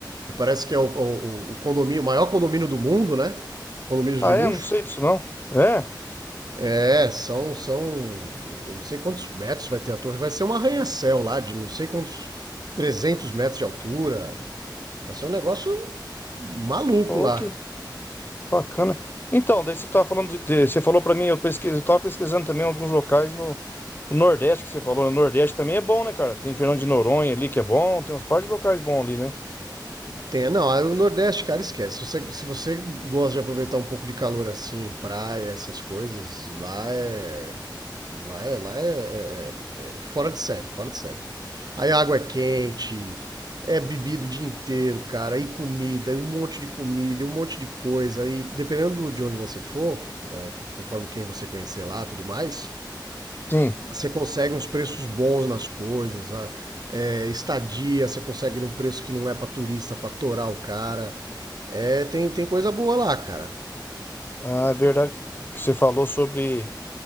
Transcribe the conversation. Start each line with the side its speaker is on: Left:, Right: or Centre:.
Right: me parece que é o, o- o condomínio, o maior condomínio do mundo, né? Condomínios
Left: Ah,
Right: de
Left: é?
Right: luxo.
Left: Não sei disso, não. É?
Right: É, são, são, eu não sei quantos metros vai ter a torre. Vai ser um arranha-céu lá de não sei quantos, 300 metros de altura. Vai ser um negócio maluco
Left: Ô,
Right: lá.
Left: que bacana. Então, daí você tá falando de, de- você falou pra mim, eu pesquisei, eu tava pesquisando também alguns locais no, no Nordeste que você falou. No Nordeste também é bom, né, cara? Tem Fernando de Noronha ali que é bom, tem uns par de locais bons ali, né?
Right: Tem, não, aí o Nordeste, cara, esquece. Se você, se você gosta de aproveitar um pouco de calor assim, praia, essas coisas, lá é. Lá é. Lá é, é- é é fora de série, fora de série. Aí a água é quente, é bebido o dia inteiro, cara, e comida, e um monte de comida, e um monte de coisa. E dependendo de onde você for, conforme quem você conhecer lá tudo mais,
Left: Sim.
Right: você consegue uns preços bons nas coisas, a- é, estadia, você consegue num preço que não é pra turista, pra torar o cara. É, tem, tem coisa boa lá, cara.
Left: Ah, é verdade que você falou sobre,